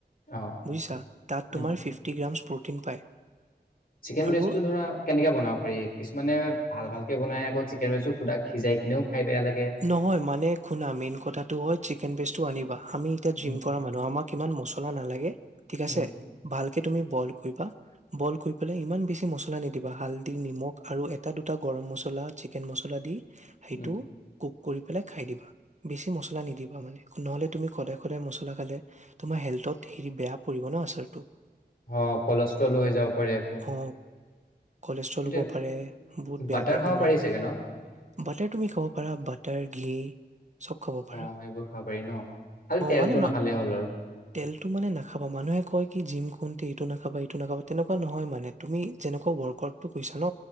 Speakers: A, on the left (about 55°); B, on the right (about 40°).
A: অ',
B: বুইছা তাত
A: উম।
B: তোমাৰ ফিফটি গ্ৰাম। প্ৰ'টিন পায়।
A: চিকেন
B: আৰু
A: ব্ৰেচটো ধৰা কেনেকে বনাব। পাৰি কিছুমানে ভাল ভালকে বনাই আকৌ চিকেন মজু সিজাই কিনেও। খাই বেয়া লাগে।
B: নহয় মানে শুনা মেইন কথাটো হয় চিকেন পেষ্টটো আনিবা আমি এতিয়া
A: উম,
B: জিম কৰা মানুহ আমাক ইমান মছলা নালাগে। ঠিক
A: উম,
B: আছে ভাল। তুমি বইল কৰিবা বইল কৰি পেলাই ইমান বেছি মছলা নিদিবা হালদি নিমখ আৰু এটা দুটা গৰম মছলা চিকেন মছলা দি সেইটো।
A: উম।
B: কুক কৰি পেলাই খাই দিবা বেছি মছলা নিদিবা মানে নহ'লে তুমি সদায় সদায় মছলা খালে তোমাৰ হেল্থত হেৰি বেয়া পৰিব ন আচাৰটো
A: অ কলেষ্ট্ৰলো হৈ যাব পাৰি আকৌ
B: অ কলেষ্ট্ৰল
A: এইটো
B: হ'ব পাৰে বহুত বেয়া
A: বাটাৰ
B: বেয়া
A: খাব
B: বেমাৰ
A: পাৰি
B: হ'ব
A: চাগে ন?
B: বাটাৰ তুমি খাব। বাটাৰ ঘি চব খাব
A: অ',
B: পাৰা
A: এইবোৰ খাব পাৰি ন? খালি তেলটো
B: মানে
A: নাখালে হ'ল আৰু।
B: তেলটো নাখাবা মানুহে কয় কি। এইটো নাখাবা এইটো নাব তেনেকুৱা নহয় মানে তুমি যেনেকুৱা ৱৰ্ক আউট টো কৰিছা ন।